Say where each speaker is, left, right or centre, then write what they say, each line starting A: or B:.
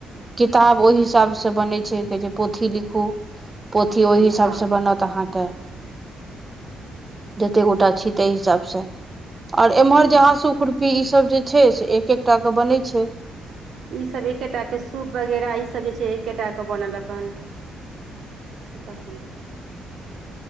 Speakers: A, on the right; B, on the right.
A: किताब ओहि हिसाबसँ बनै छै जे पोथी लिखू पोथी ओहि
B: जी
A: हिसाब
B: हँ
A: से बनत अहाँके जते गोटा छी तै हिसाब सँ आओर
B: जी
A: इम्हर जे हाँसु खुरपी ई सभ जे छै से एक एकटा कऽ बनै छै
B: ईसभ एकेटाके सूप वगैरह ईसभ जे छै एकेटाके बनल अपन सिताके बन छ <inaudible>